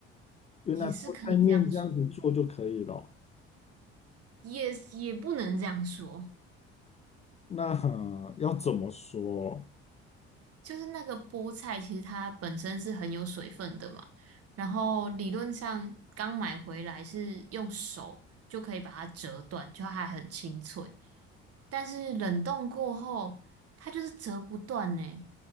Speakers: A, on the left; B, on the right.
A: 原来菠菜面这样子做就可以了。
B: 也是可以这样说，也也不能这样说，
A: 那要怎么说？
B: 就是那个菠菜其实它本身是很有水分的嘛，然后理论上刚买回来是用手就可以把它折断，就它还很清脆，但是冷冻过后它就是折不断呢。